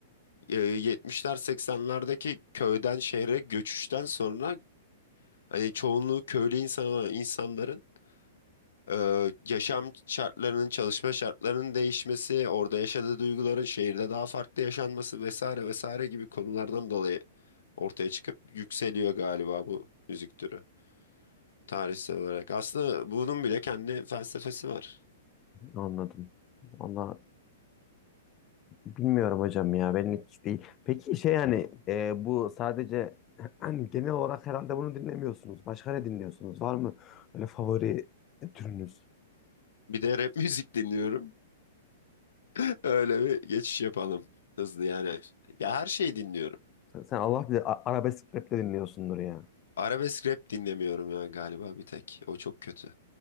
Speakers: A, on the left (about 80°); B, on the left (about 30°).
A: e, 70'ler 80'lerdeki köyden şehre göçüşten sonra hani çoğunluğu köylü insan, olan insanların e, yaşam şartlarının, çalışma şartlarının değişmesi, orada yaşadığı duyguların şehirde daha farklı yaşanması vesaire vesaire gibi konulardan dolayı ortaya çıkıp yükseliyor galiba bu müzik türü tarihsel olarak. Aslında bunun bile kendi felsefesi var.
B: Anladım. Valla bilmiyorum hocam ya benlik hiç değil. Peki şey yani e, bu sadece <clears throat> hani genel olarak herhalde bunu dinlemiyorsunuz. Başka ne dinliyorsunuz? Var mı öyle favori türünüz?
A: Bir de rap <laughs> müzik dinliyorum. <laughs> Öyle bir geçiş yapalım. Hızlı yani. Ya her şeyi dinliyorum.
B: Sen, sen Allah bilir a- arabesk rap de dinliyorsundur ya.
A: Arabesk rap dinlemiyorum ya galiba bir tek. O çok kötü.